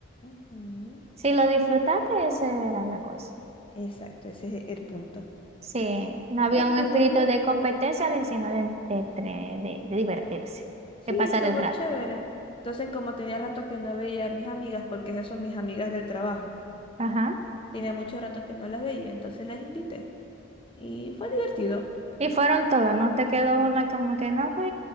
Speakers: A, on the left; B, on the right.
A: Ujú.
B: Si lo disfrutaste, esa era la cosa.
A: Exacto, ese es el punto.
B: Sí, no había
A: Y estuvo
B: un espíritu
A: bien.
B: de competencia, de- sino de, de, de- de- divertirse,
A: Sí,
B: de pasar
A: estuvo
B: el rato.
A: chévere. Entonces, como tenía rato que no veía a mis amigas, porque esas son mis amigas del trabajo,
B: Ajá.
A: tenía mucho rato que no las veía, entonces las invité. Y fue divertido.
B: Y fueron todos, no te quedó una como que no fui.